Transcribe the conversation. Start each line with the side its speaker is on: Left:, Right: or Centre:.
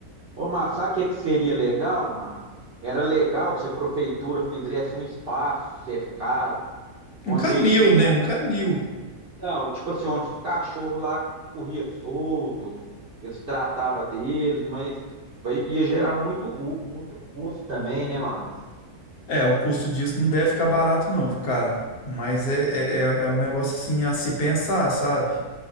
Right: ô, Márcio, sabe o que que seria legal, Márcio? Era legal se a prefeitura fizesse um espaço cercado, onde
Left: Um canil,
Right: os
Left: né? Um canil.
Right: cachorros, tipo assim, onde os cachorros lá corriam solto, eles tratava deles, mas vai- ia gerar muito, gu- muito custo também, né, Márcio?
Left: É, o custo disso não deve ficar barato, não, viu, cara. Mas é, é, é é um negócio assim a se pensar, sabe?